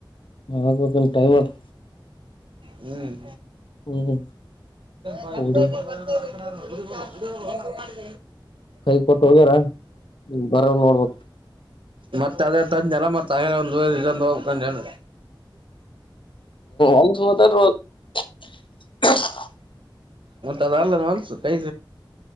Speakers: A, on the left (about 75°); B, on the right (about 75°).
A: ಹ ಹಾಗ್ಬೇಕ ಟೈಮ್ ಅದ್
B: ಹ್ಮ್
A: ಹ್ಮ್
B: <unintelligible>
A: ಹುಡಿ ಕೈ ಕೊಟ್ಟು ಹೋಗ್ಯಾರ ಬರೊರ್ ನೋಡ್ಬೇಕು.
B: ಮತ್ತೆ ಅದೇ ತಂದನ ಮತ್ತ <unintelligible> ಒ ಇದ ಹೋಗ್ಕೊಂಡನ
A: ಒಸಂಬದ <unintelligible>
B: ಮತ್ತ ಅದ ಅಲ್ಲ ಅನ್ಸು ಕೈ